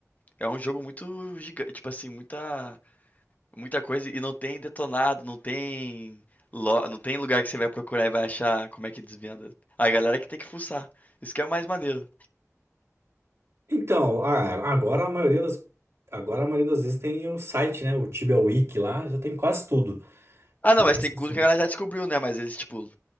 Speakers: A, on the left; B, on the right.
A: É um jogo muito gigante, tipo assim, muita Muita coisa e não tem detonado, não tem lo- não tem lugar que você vai procurar e vai achar como é que desvenda. A galera é que tem que fuçar. Isso que é o mais maneiro.
B: Então, a- agora a maioria das, agora a maioria das vezes tem o site, né? O Tibia Wiki lá, já tem quase tudo.
A: Ah, não,
B: Mas
A: mas tem coisa
B: assim,
A: que a galera já descobriu, né? Mas eles, tipo,